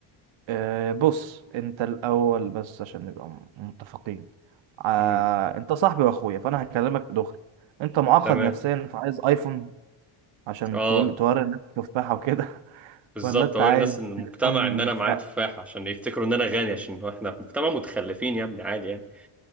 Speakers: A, on the right (about 70°); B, in the centre.
A: أه بص انت الاول بس عشان نبقى م- متفقين أه
B: امم
A: انت صاحبي واخويا فانا هكلمك دغري انت معقد
B: تمام
A: نفسيا فعايز ايفون عشان
B: اه
A: تقول توري الناس التفاحه وكده
B: بالظبط
A: ولا انت
B: اوري
A: عايز
B: الناس ان المجتمع
A: تليفون
B: ان انا
A: فق
B: معايا تفاح عشان يفتكروا ان انا غني عشان احنا في مجتمع متخلفين يا ابني عادي يعني